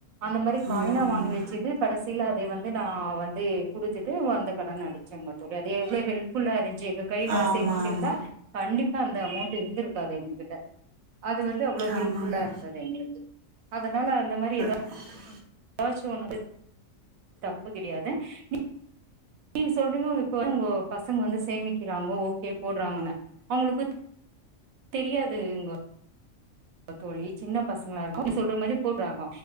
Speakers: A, on the right; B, on the right.
A: அந்த மாரி காய்னா
B: ஆமாமாங்க.
A: வாங்கி வச்சுது கடசில அதே வந்து நா வந்து குடுத்துட்டு வந்த கடன அடச்சேங்க தோழி அது எவ்ளோ ஹெல்ஃபுல்லா இருந்ச்சு எங்க கைல
B: ஆமா,
A: சேமிச்சிருந்தா
B: ஆமா.
A: கண்டிப்பா அந்த அமௌண்ட் இருந்திருக்காது என்க்கு அது வந்து அவ்ளோ ஹெல்ப்ஃபுல்லா
B: ஆமாங்க.
A: இருந்தது எங்ளுக்கு அதனால அந்த மாரி ஏதா
B: <inaudible>
A: எதாச்சு ஒன்னு <unintelligible> தப்பு கிடயாது இப் நீங்க சொல்றீங்கொ இப்ப உங்கொ பசங்க வந்து சேமிக்கிறாங்க ஓகே போட்றாங்கன்னு அவுங்களுக்கு தெரியாது இங்கொ தோழி சின்ன பசங்களா <unintelligible> சொல்ற மாரி போட்றாங்க